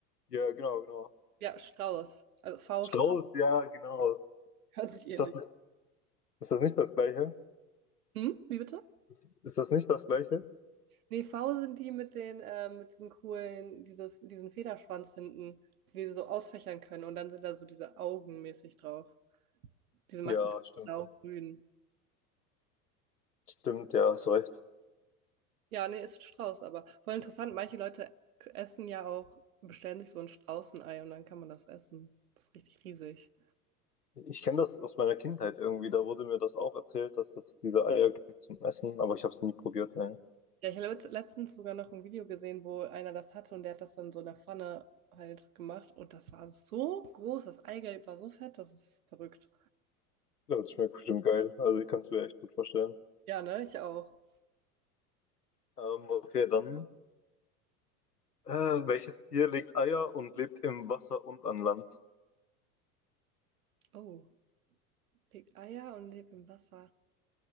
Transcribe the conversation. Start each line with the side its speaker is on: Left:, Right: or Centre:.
Left: Ja, genau, genau.
Right: Ja, Strauß. Also V-Strauß.
Left: Strauß, ja, genau.
Right: <laughs> Hört sich ähnlich.
Left: Ist das, ist das nicht das Gleiche?
Right: Hm? Wie bitte?
Left: Ist, ist das nicht das Gleiche?
Right: Nee, V sind die mit den, ähm, mit diesen coolen, diese, diesen Federschwanz hinten, die die so ausfächern können. Und dann sind da so diese Augen mäßig drauf. Die sind meistens
Left: Ja, stimmt.
Right: blau-grün.
Left: Stimmt, ja, hast recht.
Right: Ja, nee, ist ein Strauß, aber voll interessant. Manche Leute k- essen ja auch, bestellen sich so ein Straußenei und dann kann man das essen. Das ist richtig riesig.
Left: Ich kenne das aus meiner Kindheit irgendwie. Da wurde mir das auch erzählt, dass es diese Eier gibt zum Essen, aber ich habe es nie probiert. ey.
Right: Ja, ich habe letzt- letztens sogar noch ein Video gesehen, wo einer das hatte und der hat das dann so in der Pfanne halt gemacht. Und das war so groß, das Eigelb war so fett, das ist verrückt.
Left: Ja, das schmeckt bestimmt geil. Also ich kann es mir echt gut vorstellen.
Right: Ja, ne, ich auch.
Left: Ähm, okay, dann. Äh, welches Tier legt Eier und lebt im Wasser und an Land?
Right: Oh, legt Eier und lebt im Wasser.